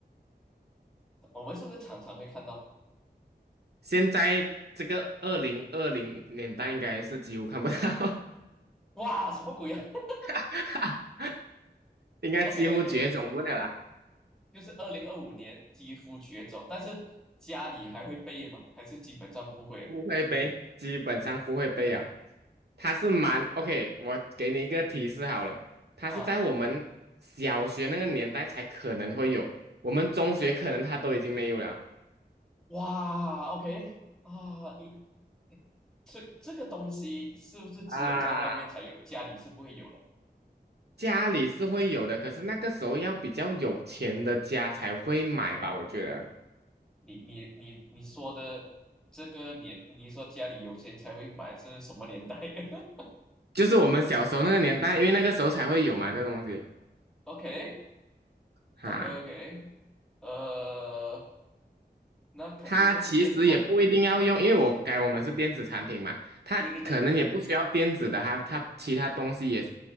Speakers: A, in the centre; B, on the right.
A: 我们是不是常常会看到？
B: 现在这个二零二零年代应该是几乎看不到。
A: 哇，什么鬼啊 <laughs>
B: <laughs> 应该几乎绝种不了啦，
A: ？OK OK，就是二零二五年肌肤绝种，但是家里还会备吗？还是基本上不会啊？
B: 不会背，基本上不会背啊。它是蛮 OK，我给你一个提示好了，它是在我们小学那个年代才可能会有，
A: 啊，
B: 我们中学可能它都已经没有了
A: 哇，OK 啊，你这这个东西是不是只有在外面才有，
B: 啊。
A: 家里是不会有的？
B: 家里是会有的，可是那个时候要比较有钱的家才会买吧，我觉得，
A: 你你你你说的这个年，你说家里有钱才会买是什么年代 <laughs>
B: 就是我们小时候那个年代，因为那个时候才会有嘛，这东西
A: ？OK
B: 哈。
A: OK OK，呃，那肯定不是电话，
B: 它其实也不一定要用，因为我改我们是电子产品嘛，它可能也不需要电子的，
A: 对对对，
B: 它它其他东西也